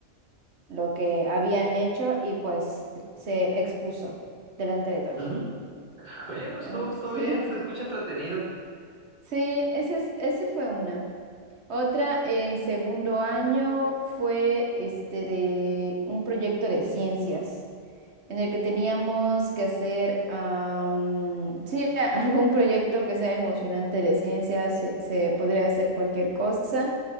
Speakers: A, on the right; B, on the right.
A: lo que habían hecho y pues se expuso delante de todos.
B: Ujú. Oye, pues estuvo,
A: Mm,
B: estuvo
A: Sí,
B: bien, se escucha entretenido.
A: sí, ese es, ese fue una. Otra en segundo año fue este de un proyecto de ciencias. en el que teníamos que hacer am, sí, <laughs> algún proyecto que sea emocionante de ciencia, se, se podría hacer cualquier cosa.